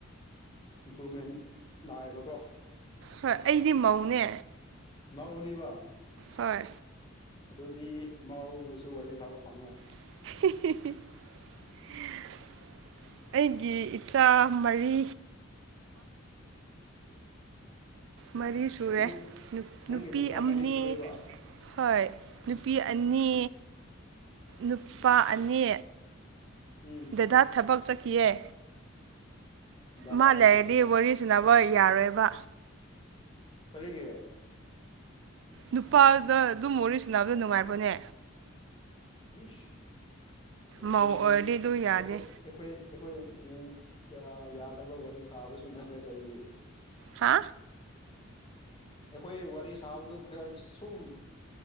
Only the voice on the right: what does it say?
ꯍꯣꯏ ꯑꯩꯗꯤ ꯃꯧꯅꯦ
ꯍꯣꯏ
ꯎꯃꯝꯃꯝꯃꯝ <inaudible> ꯑꯩꯒꯤ ꯏꯆꯥ ꯃꯔꯤ ꯃꯔꯤ ꯁꯨꯔꯦ
ꯅꯨꯄꯤ
ꯑꯃꯅꯤ
ꯍꯣꯏ ꯅꯨꯄꯤ ꯑꯅꯤ ꯅꯨꯄꯥ ꯑꯅꯤ
ꯗꯗꯥ ꯊꯕꯛ ꯆꯠꯈꯤꯑꯦ
ꯃꯥ
ꯂꯩꯔꯗꯤ
ꯋꯥꯔꯤ ꯁꯨꯅꯕ ꯌꯥꯔꯣꯏꯕ
ꯅꯨꯄꯥꯗ ꯑꯗꯨꯝ ꯋꯥꯔꯤ ꯁꯅꯕꯗ ꯅꯨꯡꯉꯥꯏꯕꯅꯦ
ꯃꯧ ꯑꯣꯏꯔꯗꯤ ꯑꯗꯨ ꯌꯥꯗꯦ
ꯍꯥ